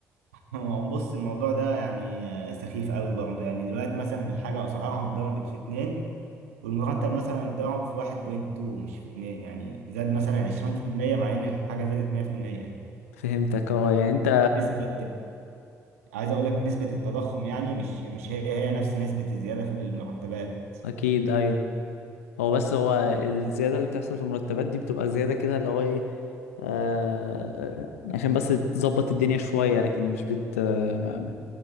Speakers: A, on the right; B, on the left.
A: هو بص الموضوع ده يعني آه، سخيف قوي برضه يعني دلوقتي مثلا الحاجة أسعارها اتضربت في اتنين والمرتب مثلا اتضرب في 1.2 مش في 2 يعني زاد مثلا 20% مع ان الحاجة زادت 100%
B: فهمتك اه يعني انت
A: نسبة عايز اقول لك نسبة التضخم يعني مش مش هي هي نفس نسبة الزيادة في المرتبات
B: اكيد ايوه هو بس هو الزياده اللي بتحصل في المرتبات دي بتبقى زياده كده اللي هو ايه آه... آه، عشان بس تظبط الدنيا شويه لكن مش بت آه،